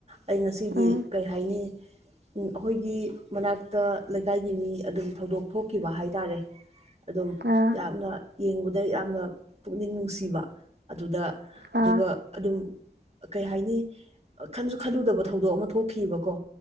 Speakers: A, on the right; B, on the right.
A: ꯑꯩ ꯉꯁꯤꯒꯤ
B: ꯎꯝ
A: ꯀꯩ ꯍꯥꯏꯅꯤ ꯎꯝ ꯑꯈꯣꯏꯒꯤ ꯃꯅꯥꯛꯇ ꯂꯩꯀꯥꯏꯒꯤ ꯃꯤ ꯑꯗꯨꯝ ꯊꯧꯗꯣꯛ ꯊꯣꯛꯈꯤꯕ ꯍꯥꯏꯇꯥꯔꯦ ꯑꯗꯨꯝ
B: ꯑꯥ
A: ꯂꯥꯞꯅ ꯌꯦꯡꯕꯗ ꯌꯥꯝꯅ ꯄꯨꯛꯅꯤꯡ ꯅꯨꯡꯁꯤꯕ ꯑꯗꯨꯗ
B: ꯑꯥ
A: ꯑꯗꯨꯒ ꯑꯗꯨꯝ ꯀꯩ ꯍꯥꯏꯅꯤ ꯈꯟꯁꯨ ꯈꯜꯂꯨꯗꯕ ꯊꯧꯗꯣꯛ ꯑꯃ ꯊꯣꯛꯈꯤꯕꯀꯣ